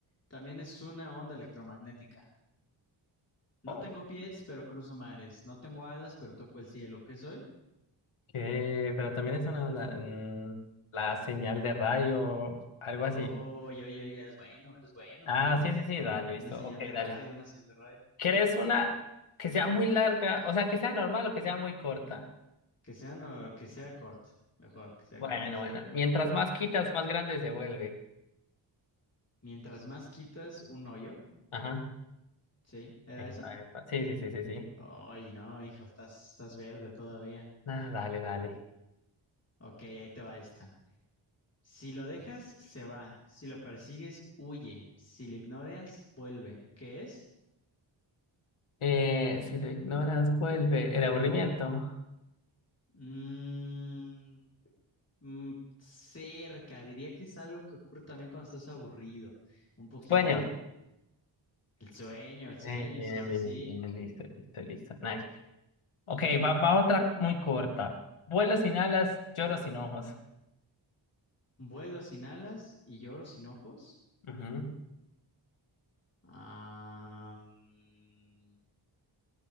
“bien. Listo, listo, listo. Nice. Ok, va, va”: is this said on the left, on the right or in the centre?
Left